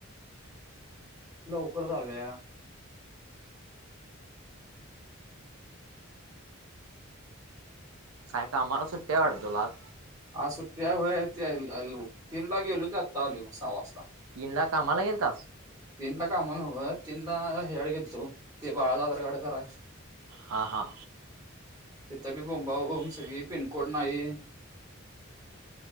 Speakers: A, on the right (about 20°); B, on the right (about 85°).
A: लवकर जाऊया.
B: काय कामाला सुट्टी आहे वाटतं तुला आज.
A: आज सुट्टी आहे व्हय ते आय आलो तीनला गेलो ते आत्ता आलो सहा वाजता.
B: तीन ला कामाला गेलतास.
A: तीनला कामाला न्हव तीनला हेसाडी गेलतो ते बाळाला आधार कार्ड कराय.
B: हा हा.
A: तिथ बी बोंबा सगळी पिनकोड नाही.